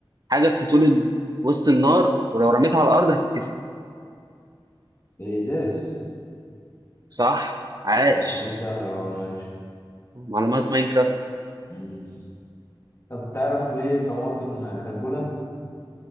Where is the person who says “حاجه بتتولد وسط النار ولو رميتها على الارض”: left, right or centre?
Right